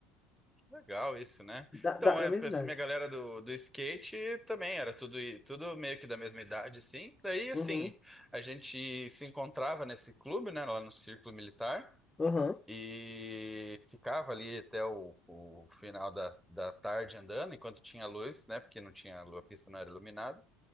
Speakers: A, in the centre; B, on the left.
A: Que legal isso, né?
B: Da,
A: Então,
B: da, da
A: é,
B: mesma
A: essa
B: idade.
A: minha galera do, do skate também era tudo, i- tudo meio que da mesma idade, assim. Daí, assim,
B: Uhum,
A: a gente se encontrava nesse clube, né, lá no Círculo Militar.
B: uhum,
A: e ficava ali até o, o final da, da tarde andando, enquanto tinha luz, né? Porque não tinha, a pista não era iluminada.